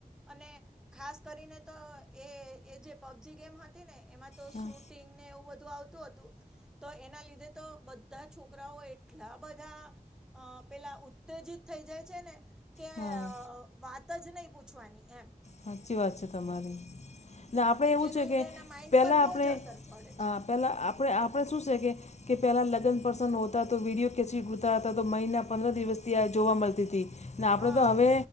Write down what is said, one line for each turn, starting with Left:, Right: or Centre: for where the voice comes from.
Centre: અને ખાસ કરીને તો એ જે પબજી ગેમ હતી ને એમાં તો
Left: હા
Centre: શૂટિંગ ને એવું બધું આવતું હતું તો એના લીધે તો બધા છોકરાઓ એટલા બધા અ પેલા ઉત્તેજિત થઈ જાય છે ને કે
Left: હા
Centre: અ વાત જ નઈ પૂછવાની એમ
Left: હાચી વાત છે તમારી આપડે એવું
Centre: જેના
Left: છે
Centre: લીધે
Left: કે
Centre: એના માઇન્ડ
Left: પહેલાં
Centre: પર
Left: આપડે
Centre: બહુ જ અસર પડે છે
Left: અ પહેલાં આપડે આપડે શું છે કે કે પહેલા લગ્ન પ્રસન હોતા તો વિડિયો કેચવી ગતા હતા તો મહિના પંદર દિવસથી આ જોવા મળતી તી ને આપડે
Centre: હા
Left: તો હવે